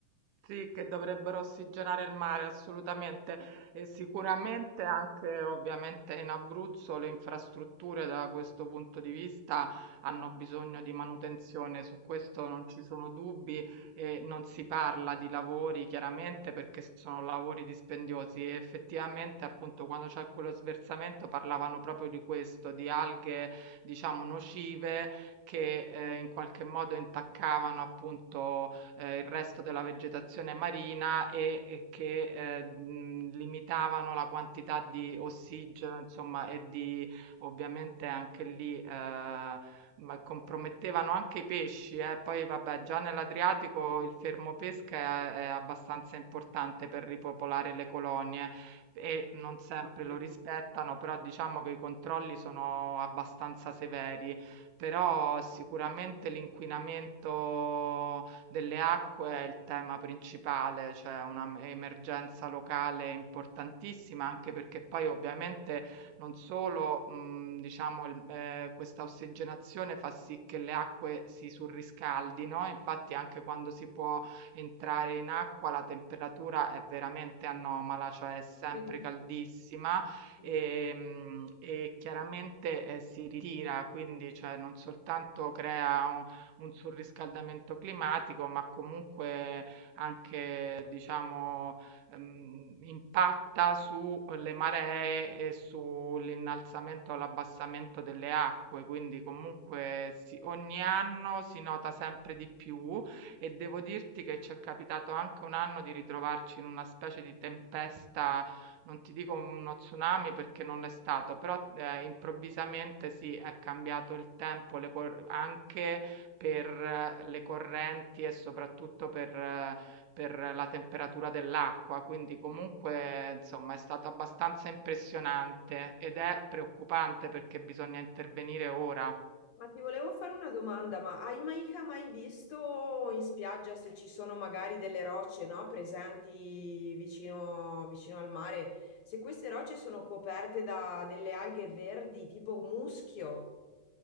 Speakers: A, on the right (about 80°); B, on the left (about 70°).
A: Sì, che dovrebbero ossigenare il mare, assolutamente. E sicuramente anche ovviamente in Abruzzo le infrastrutture da questo punto di vista hanno bisogno di manutenzione, su questo non ci sono dubbi e non si parla di lavori chiaramente perché sono lavori dispendiosi e effettivamente appunto quando c'è quello sversamento parlavano proprio di questo, di alghe diciamo nocive che eh, in qualche modo intaccavano appunto ehm, il resto della vegetazione marina e e che, ehm, mhmm, limitavano la quantità di ossigeno, insomma, e di ovviamente anche lì, ehm, ma compromettevano anche i pesci, eh. Poi vabbè, già nell'Adriatico il fermo pesca è è abbastanza importante per ripopolare le colonie e non sempre
B: Mangi.
A: lo rispettano, però diciamo che i controlli sono abbastanza severi. Però sicuramente l'inquinamento delle acque è il tema principale, c'è una m- emergenza locale importantissima, anche perché poi ovviamente non solo, mh, diciamo, il- eh, questa ossigenazione fa sì che le acque si surriscaldino, infatti anche quando si può entrare in acqua la temperatura è veramente anomala, cioè è sempre
B: Sì,
A: caldissima
B: sì.
A: e, mh, e chiaramente eh, si ritira, quindi cioè, non soltanto crea un un surriscaldamento climatico, ma comunque anche, diciamo, ehm, impatta sulle maree e sull'innalzamento o l'abbassamento delle acque. Quindi comunque si- ogni anno si nota sempre di più e devo dirti che ci è capitato anche un anno di ritrovarci in una specie di tempesta non ti dico uno tsunami perché non l'è stato, però eh, improvvisamente sì, è cambiato il tempo, le cor- anche per eh, le correnti e soprattutto per, eh, per la temperatura dell'acqua, quindi comunque insomma è stato abbastanza impressionante ed è preoccupante perché bisogna intervenire ora.
B: Ma ti volevo fare una domanda, ma hai mai, mai visto in spiaggia se ci sono magari delle rocce, no, presenti vicino, vicino al mare? Se queste rocce sono coperte da delle alghe verdi, tipo muschio?